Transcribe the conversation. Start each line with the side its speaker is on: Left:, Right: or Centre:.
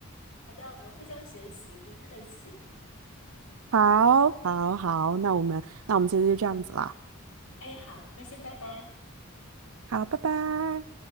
Left: 好的，我们互相学习，不用客气。
Right: 好，好，好，那我们那我们今天就这样子啦，
Left: 哎，好，那先拜拜。
Right: 好，拜拜。